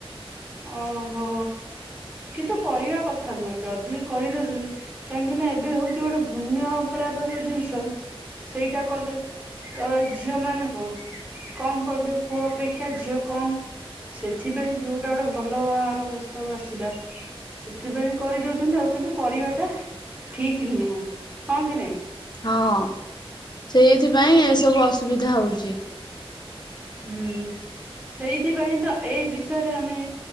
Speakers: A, on the right; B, on the left.
A: ଓହୋ! କିନ୍ତୁ କରିବା କଥା ନୁହେଁ। ଯଦି ବି କରିଦଉଛନ୍ତି କାହିଁକି ନା ଏବେ ହଉଛି ଗୋଟେ ଭୁନ୍ୟ ଅପରାଧ ଯୋଉ ଜିନିଷ ସେଇଟା କଲେ, ତ ଝିଅ ମାନେ କଣ କମ କହିଲେ ପୁଅ ଅପେକ୍ଷା ଝିଅ କମ। ସେଥିପାଇଁ ଯୋଉ ଟା ଗୋଟେ ଭଲ ବାହାଘର ପ୍ରସ୍ତାବ ଆସିଲା। ସେଥିପାଇଁ କରିଦଉଛନ୍ତି ଆଉ। କିନ୍ତୁ କରିବାଟା ଠିକ ନୁହଁ। ହଁ କି ନାଇଁ
B: ହଁ, ସେଇଥିପାଇଁ ଏସବୁ ଅସୁବିଧା ହଉଛି।
A: ହୁଁ, ସେଇଥିପାଇଁ ତ ଏଇ ବିଷୟରେ ଆମେ